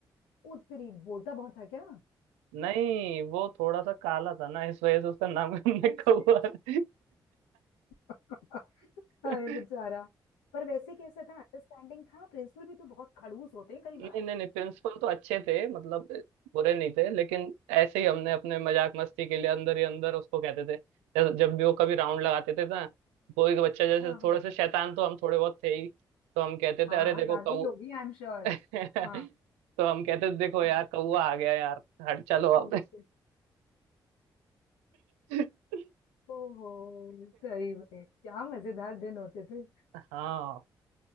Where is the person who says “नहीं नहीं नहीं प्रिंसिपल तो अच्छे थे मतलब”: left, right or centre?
Right